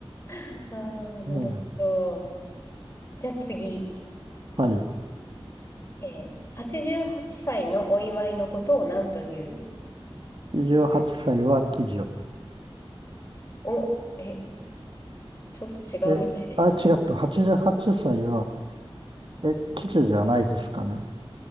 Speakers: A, on the left (about 25°); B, on the right (about 55°).
A: ああ、なるほど。
B: うん、ね
A: じゃあ次。
B: えはい。
A: えー、88歳のお祝いのことを何という
B: 28歳はっさいは喜寿。
A: お、え、ちょっと違うみたいですよ。
B: え、あ、違った。88歳はっさいは、え、喜寿じゃないですかね。